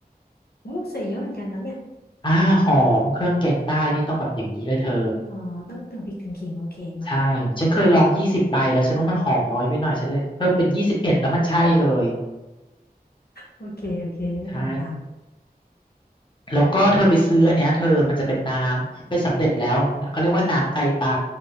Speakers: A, on the left; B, on the left.
A: โอ้ใส่เยอะเหมือนกันนะเนี่ย
B: อ่าหอมเครื่องแกงใต้นี่ต้องแบบอย่างนี้เลยเธอ
A: อ๋อต้องถึงพริกถึงขิงโอเคมา
B: ใช่ ฉันเคยลองยี่สิบใบแล้วฉันว่ามันหอมน้อยไปหน่อยฉันเลยเพิ่มเป็นยี่สิบเอ็ดแล้วมันใช่เลย
A: โอเคโอเคฉันจะทำตาม
B: ใช่ แล้วก็เธอไปซื้ออันเนี้ยเธอมันจะเป็นน้ำเป็นสำเร็จแล้วเขาเรียกว่าน้ำไตปลา